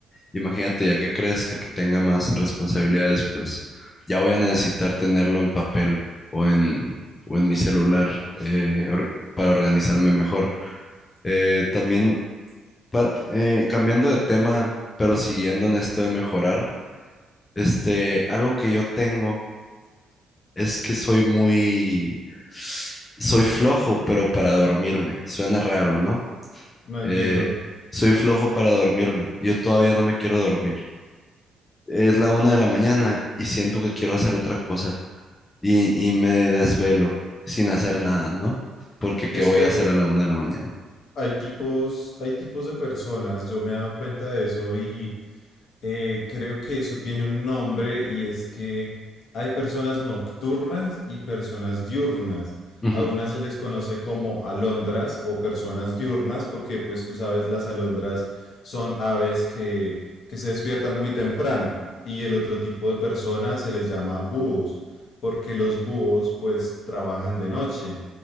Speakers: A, on the left; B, on the left.
A: Imagínate, ya que crezca, que tenga más responsabilidades, pues ya voy a necesitar tenerlo en papel o en, o en mi celular eh, or- para organizarme mejor. Eh, también, para, eh, cambiando de tema, pero siguiendo en esto de mejorar, este, algo que yo tengo. Es que soy muy, soy flojo, pero para dormirme. Suena raro, ¿no?
B: no entiendo.
A: Eh, soy flojo para dormirme. Yo todavía no me quiero dormir. Es la una de la mañana y siento que quiero hacer otra cosa. Y, y me desvelo sin hacer nada, ¿no? Porque ¿qué
B: Es
A: voy
B: que
A: a hacer a la una de la mañana?
B: hay tipos, hay tipos de personas, yo me he dado cuenta de eso y... Eh, creo que eso tiene un nombre y es que hay personas nocturnas y personas diurnas.
A: Ujú.
B: A unas se les conoce como alondras o personas diurnas porque pues tú sabes las alondras son aves que, que se despiertan muy temprano y el otro tipo de personas se les llama búhos porque los búhos pues trabajan de noche.